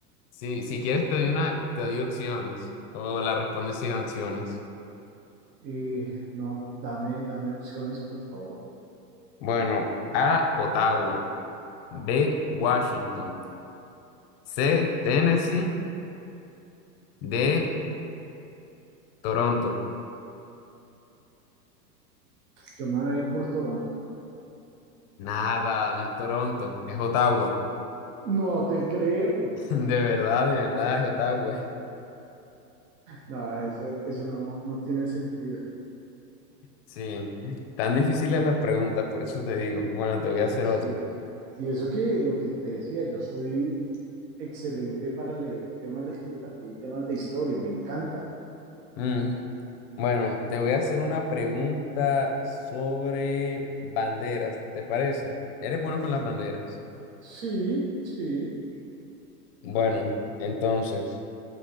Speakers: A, on the left; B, on the right.
A: Sí, si quieres te doy una, te doy opciones o la respondes sin opciones.
B: Eh, no, dame, dame opciones, por favor.
A: Bueno, A, Ottawa, B, Washington, C, Tennessee, D, Toronto.
B: Yo me voy a ir por Toronto.
A: Nada, no es Toronto, es Ottawa.
B: No te creo.
A: <laughs> De verdad, de verdad es Ottawa.
B: No, eso, eso no, no tiene sentido.
A: Sí, tan difíciles las preguntas, por eso te digo. Bueno, te voy a hacer
B: Sí.
A: otra.
B: Y eso que lo que te decía, yo soy excelente para leer temas de geografía y temas de historia, me encanta.
A: Mm, Bueno, te voy a hacer una pregunta sobre banderas, ¿te parece? ¿Eres bueno con las banderas?
B: Sí, sí.
A: Bueno, entonces,